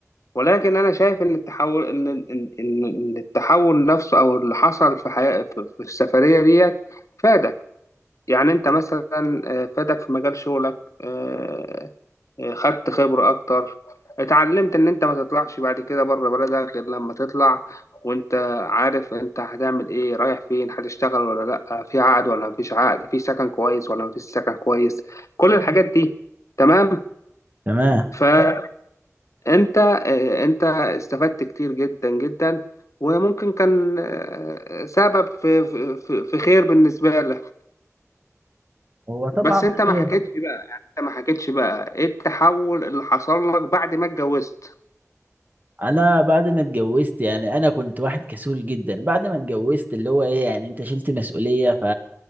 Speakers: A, on the left; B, on the right.
A: ولكن انا شايف ان التحول ان ان ان إن التحول نفسه او اللي حصل في حياه في في السفريه ديت فادك يعني انت مثلا آه، فادك في مجال شغلك آه، خدت خبرة أكتر اتعلمت إن أنت ما تطلعش بعد كده بره بلدك غير لما تطلع وأنت عارف أنت هتعمل إيه رايح فين هتشتغل ولا لأ في عقد ولا مفيش عقد في سكن كويس ولا مفيش سكن كويس كل الحاجات دي تمام
B: تمام
A: فأنت آه، أنت استفدت كتير جدا جدا وممكن كان آه، سبب في في في في خير بالنسبة لك
B: هو طبعا
A: بس أنت ما
B: خير
A: حكيتش بقى أنت ما حكيتش بقى إيه التحول اللي حصل لك بعد ما اتجوزت
B: انا بعد ما اتجوزت يعني انا كنت واحد كسول جدا بعد ما اتجوزت اللي هو ايه يعني انت شلت مسؤولية ف